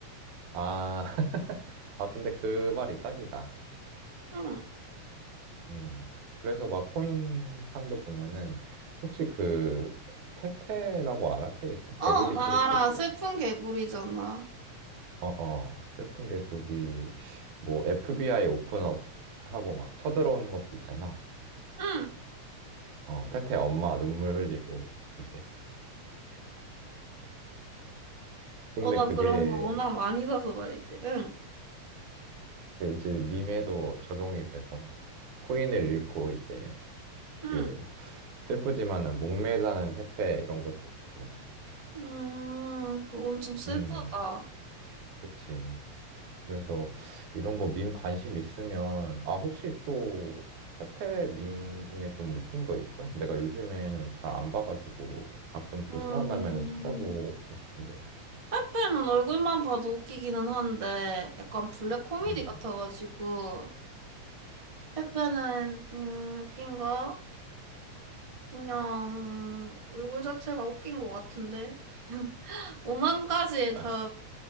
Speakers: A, on the right; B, on the right.
A: 아, <laughs> 아, 근데 그 말이 딱이다.
B: 응.
A: 음. 그래서 막 코인 판도 보면은 혹시 그 페페라고 알아? 캐릭터? 개구리
B: 어, 나
A: 캐릭터
B: 알아
A: 있거든.
B: 슬픈 개구리잖아.
A: 어어. 슬픈 개구리 뭐 FBI 오픈업 하고 막 쳐들어오는 것도 있잖아.
B: 응.
A: 어, 페페 엄마 눈물 흘리고 이제 근데
B: 어, 나
A: 그게
B: 그런 거 워낙 많이 봐서 말이지. 응.
A: 그게 이제 밈에도 적용이 돼서 코인을 잃고 이제
B: 응.
A: 그 슬프지만은 목매다는 페페 이런 것도 있거든.
B: 음, 그건 좀 슬프다.
A: 음, 그치. 그래서 이런 거 밈 관심 있으면, 아, 혹시 또 페페 밈 중에 좀 웃긴 거 있어? 내가 요즘에는 잘 안 봐가지고 가끔
B: 음,
A: 또 생각나면은 찾아보고 싶은데.
B: 페페는 얼굴만 봐도 웃기기는 한데, 약간 블랙 코미디
A: 음.
B: 같아가지고, 페페는, 음, 웃긴가? 그냥, 얼굴 자체가 웃긴 것 같은데? 오만 가지에 다
A: <laughs>